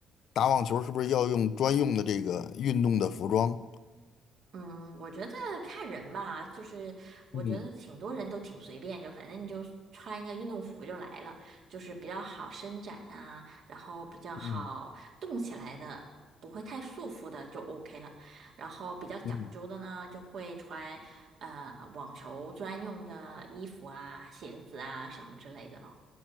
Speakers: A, on the left; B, on the right.
A: 打网球，是不是要用专用的这个运动的服装？
B: 嗯，我觉得看人吧，就是我觉得挺多人都挺随便，
A: 嗯
B: 就反正你就穿一个运动服就来了，就是比较好伸展啊，然后比较好动起来的，
A: 嗯
B: 不会太束缚的就 OK 了。然后比较讲究的呢，
A: 嗯，
B: 就会穿呃网球专用的衣服啊、鞋子啊什么之类的咯。